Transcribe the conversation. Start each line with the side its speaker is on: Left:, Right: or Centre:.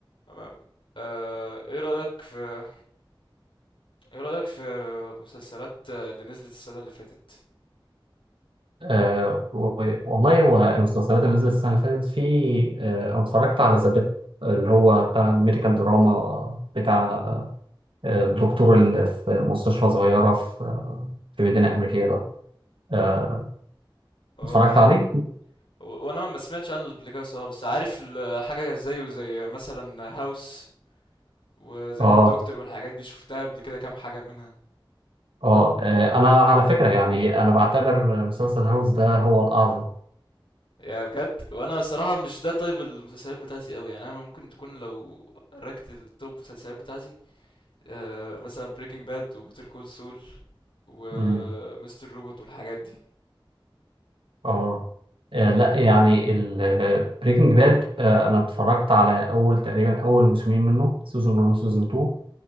Left: تمام آه، ايه رأيك في ايه رأيك في مسلسلات اللي نزلت السنة اللي فاتت
Right: آه و- والله هو المسلسلات اللي نزلت السنة اللي فاتت في آه أنا اتفرجت على ذا بيت اللي هو بتاع الميديكال دراما بتاع آه الدكتور اللي في مستشفى صغيرة في آه في مدينة أمريكية ده آه
Left: اه
Right: اتفرجت
Left: حلو
Right: عليه؟
Left: و- وانا ما سمعتش عنه قبل كده صراحة بس عارف ال- حاجة زيه زي مثلا هاوس وذا
Right: آه
Left: جود دكتور والحاجات دي شفتها قبل كده كام حاجة منها
Right: آه آه، أنا على فكرة يعني أنا بعتبر مسلسل هاوس ده هو الأعظم
Left: يا بجد وانا صراحة مش ده طيب المسلسلات بتاعتي قوي يعني انا ممكن تكون لو رانكت التوب مسلسلات بتاعتي آه مثلا بريكنج باد وبيتر كول سول ومستر
Right: مم.
Left: روبوت والحاجات دي
Right: آه آه، لا يعني بريكنج باد انا اتفرجت على اول تقريبا اول موسمين منه سيزون 1 وسيزون 2